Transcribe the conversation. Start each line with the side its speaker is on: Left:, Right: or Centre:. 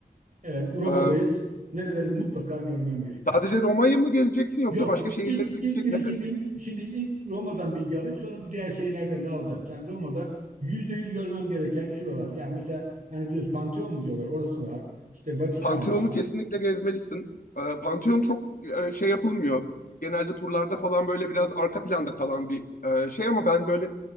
Right: Evet, Roma'dayız.
Left: Ee,
Right: Nereleri mutlaka görmem gerekiyor.
Left: sadece Roma'yı mı gezeceksin yoksa
Right: Yok.
Left: başka şehirlere
Right: İlk,
Left: de
Right: ilk
Left: gidecek?
Right: bir
Left: Ne,
Right: iki
Left: ka-
Right: gün şimdi ilk Roma'dan bilgi alayım sonra bir diğer şeylerden de alacağım. Sen Roma'da yüzde yüz görmem gereken şuralar. Yani mesela hani biliyoruz Pantheon mu diyorlar orası var. İşte Vatikan
Left: Pantheon'u
Right: var.
Left: kesinlikle gezmelisin. Ee, Pantheon çok e, şey yapılmıyor. Genelde turlarda falan böyle biraz arka planda kalan bir e, şey ama ben böyle